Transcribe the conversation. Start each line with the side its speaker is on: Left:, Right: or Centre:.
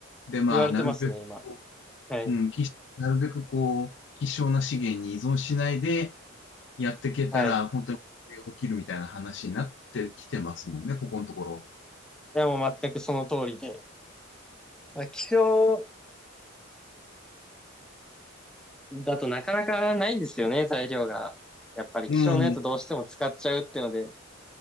Left: で、まあ、
Centre: 言われてますね、
Left: なるべくこ
Centre: 今。はい。
Left: う、うん、き、なるべくこう、希少な資源に依存しないで、やっていけたら、
Centre: はい。
Left: 本当に起きるみたいな話になってきてますもんね、ここのところ。
Centre: でもう全くその通りで。まあ、気象だとなかなかないんですよね、材料が。やっぱり気象のやつどうしても使っちゃうっていうので。
Left: うん、